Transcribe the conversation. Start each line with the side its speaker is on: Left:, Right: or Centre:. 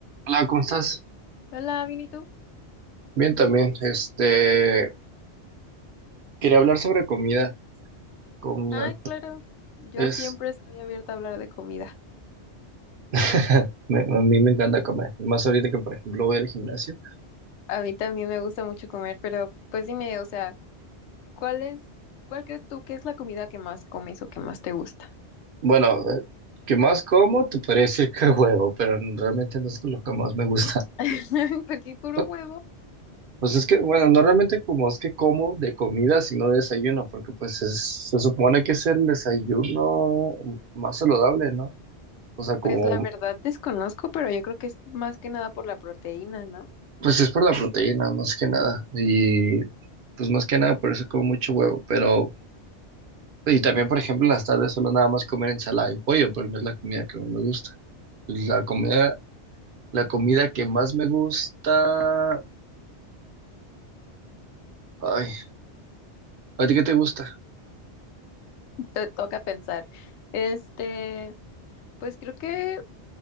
Right: Hola, ¿cómo estás?
Left: Hola, ¿bien y tú?
Right: Bien también. Este, quería hablar sobre comida. Como
Left: Ay,
Right: la-
Left: claro, yo
Right: es,
Left: siempre estoy abierta a hablar de comida.
Right: <laughs> me- a mí me encanta comer. Más ahorita que, por ejemplo, voy al gimnasio.
Left: A mí también me gusta mucho comer, pero pues dime, o sea, ¿cuál es, cuál crees tú que es la comida que más comes o que más te gusta?
Right: Bueno, eh, que más como? Te podría decir que <laughs> huevo, pero realmente no es lo que más me gusta.
Left: <laughs> Porque puro
Right: <laughs>
Left: huevo,
Right: Pues es que, bueno, no realmente como es que como de comida, sino de desayuno, porque pues es, se supone que es el desayuno más saludable, ¿no? O sea, como
Left: pues la verdad desconozco, pero yo creo que es más que nada por la proteína, ¿no?
Right: Pues es por la proteína, más que nada. Y pues más que nada por eso como mucho huevo. Pero, y también, por ejemplo, en las tardes solo nada más comer ensalada y pollo, pero no es la comida que más me gusta. La comida, la comida que más me gusta. Ay, ¿a ti qué te gusta?
Left: Te toca pensar. Este, pues creo que